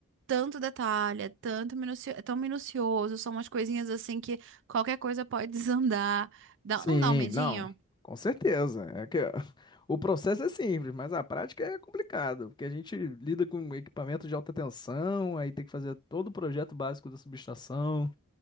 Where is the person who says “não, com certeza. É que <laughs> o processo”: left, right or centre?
Left